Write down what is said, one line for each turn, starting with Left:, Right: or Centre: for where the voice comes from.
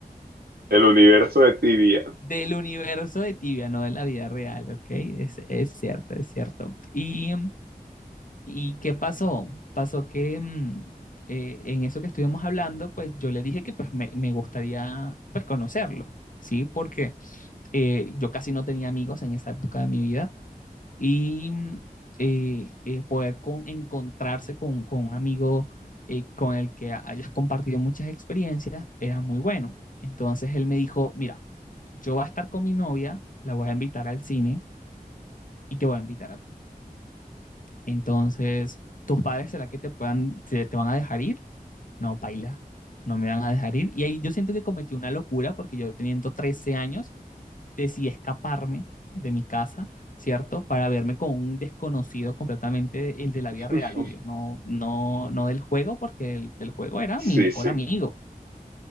Right: El universo de Tibia.
Left: del universo de tibia, no de la vida real, ¿ok? Es, es cierto, es cierto. Y, ¿y qué pasó? Pasó que mm, eh, en eso que estuvimos hablando, pues yo le dije que pues me, me gustaría pues conocerlo, ¿sí? Porque eh, yo casi no tenía amigos en esa época de mi vida y mm, eh, eh, poder con- encontrarse con, con un amigo eh, con el que hayas compartido muchas experiencias era muy bueno. Entonces él me dijo, mira, yo voy a estar con mi novia, la voy a invitar al cine y te voy a invitar a ti. Entonces, ¿tus padres será que te puedan, te, te van a dejar ir? No, paila, no me van a dejar ir. Y ahí yo siento que cometí una locura porque yo teniendo 13 años decidí escaparme de mi casa, ¿cierto? Para verme con un desconocido completamente, el de la
Right: <laughs>
Left: vida real, obvio, no, no, no del juego, porque el del juego era
Right: Sí,
Left: mi mejor
Right: sí.
Left: amigo.